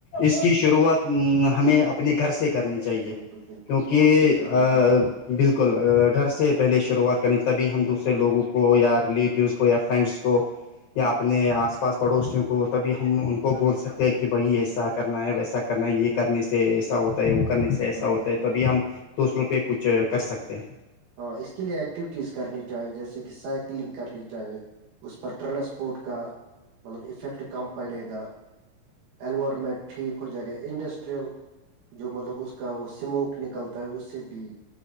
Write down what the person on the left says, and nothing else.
اس کی شروعات ہمیں اپنے گھر سے کرنی چاہیے
کیونکہ
بالکل گھر سے پہلے شروعات کرنی تبھی ہم دوسرے
لوگوں کو یا ریلیٹیوس کو یا فرینڈس کو یا
اپنے اپنے آس پاس پڑوسیوں کو تبھی ہم ان کو بول سکتے ہیں کہ بھائی ایسا کرنا ہے ویسا کرنا ہے یہ کرنے سے ایسا ہوتا ہے وہ کرنے سے ایسا
ہوتا
ہے تبھی ہم دوسروں پہ کچھ کر سکتے ہیں